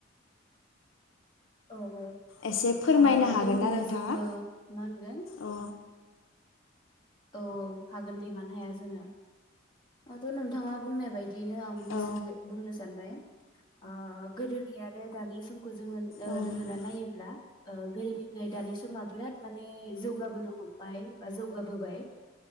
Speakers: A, on the left (about 25°); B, on the left (about 80°).
A: औ औ
B: एसे फोरमायनो
A: आ
B: हागोन
A: थ' होमब्ला
B: ना नोंथाङा
A: जोङो मा होनगोन
B: अ
A: औ औ हागोन दे मानो हाया जानो ओ थ' नोंथाङा बुंनाय बायदि दिनो आंबो एसे
B: औ
A: बुंनो सानबाय आ गोदोनि आरो दानि सम जोङो
B: उम औ
A: रोजुना नायोब्ला ओ गोदोनिफ्राय दानि समा बिराद माने जौगाबोनो हमबाय बा जौगाबोबाय